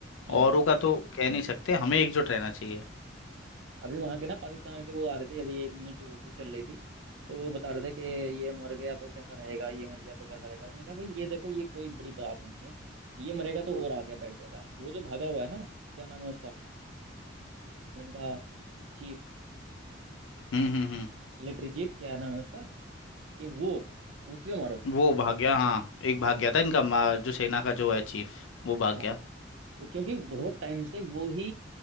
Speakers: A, on the right (about 75°); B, on the left (about 85°).
A: हम्म
B: औरों का तो कह नहीं सकते हमें एकजुट रहना चाहिए
A: अभी वहां के ना पाकिस्तान के वो आ रहे थे अभी एक न्यूज कुछ चल रही थी तो वो बता रहे थे कि ये मर गया तो कैसा रहेगा ये मर गया तो कैसा रहेगा उसने कहा भाई ये देखो ये कोई बड़ी बात नहीं है ये मरेगा तो और आगे बैठ जाएगा वो जो भागा हुआ है ना क्या नाम है उसका इनका चीफ
B: हम्म हम्म हम्म
A: मिलिट्री चीफ क्या नाम है उसका कि वो उसके मारो
B: वो भाग गया हाँ एक भाग
A: हाँ
B: गया था इनका मा- जो सेना का जो है चीफ वो भाग
A: हाँ
B: गया
A: वो क्योंकि बहुत टाइम से वो ही